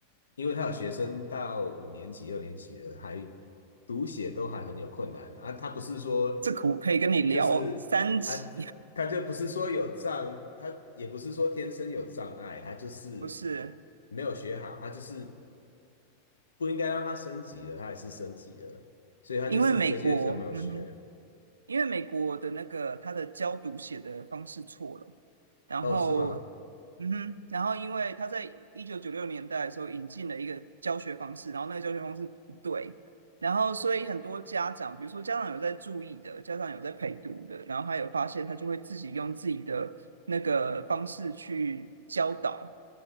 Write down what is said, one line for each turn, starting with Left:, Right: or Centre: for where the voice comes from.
Left: 因为他有学生到五年级、六年级了，还读写都还很有困难的啊。他不是说
Right: 这个我可以跟你聊三集，
Left: 就是他他就不是说有障，他也不是说天生有障碍，他就是
Right: <laughs> 不是
Left: 没有学好，他就是不应该让他升级的，他还是升级了，所以他就是这些就没有学。
Right: 因为美国，嗯哼。因为美国的那个他的教读写的方式错了，然后，
Left: 哦，是吗？
Right: 嗯哼，然后因为他在一九九六年代的时候引进了一个教学方式，然后那个教学方式不对，然后所以很多家长，比如说家长有在注意的，家长有在陪读的，然后他有发现，他就会自己用自己的那个方式去教导、